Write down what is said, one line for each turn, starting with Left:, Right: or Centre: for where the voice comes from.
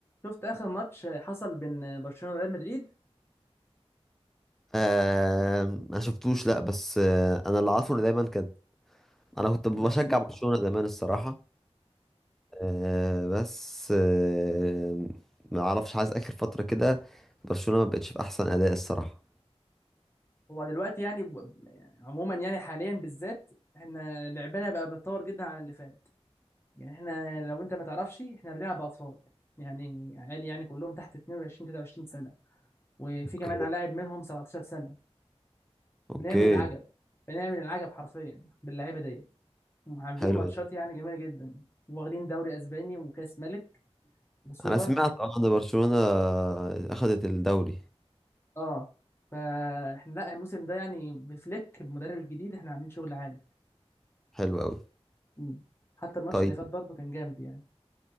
Left: شفت اخر ماتش حصل بين برشلونه وريال مدريد
Centre: آه ما شفتوش لا بس آه انا اللي عارفه ان دايما كانت انا كنت بشجع
Left: منافسه
Centre: برشلونة زمان الصراحة آه بس آه ما اعرفش عايز اخر فترة كده برشلونة ما بقتش في احسن اداء الصراحة
Left: هو دلوقتي يعني ب... يعني عموما يعني حاليا بالذات احنا لعبنا بقى متطور جدا عن اللي فات يعني احنا لو انت ما تعرفش احنا بنلعب اطفال يعني عيال يعني كلهم تحت 22 23 سنه وفي
Centre: اوكي
Left: كمان لاعب منهم 17 سنه
Centre: اوكي
Left: بنعمل العجب بنعمل العجب حرفيا باللعيبه دي عاملين
Centre: حلو
Left: ماتشات
Centre: ده
Left: يعني جميله جدا واخدين دوري اسباني وكاس ملك وسوبر
Centre: انا سمعت اه ان برشلونة اخذت الدوري
Left: اه فاحنا لا الموسم ده يعني بفليك بمدرب الجديد احنا عاملين شغل عالي
Centre: حلو قوي
Left: مم. حتى الماتش
Centre: طيب
Left: اللي فات برضه كان جامد يعني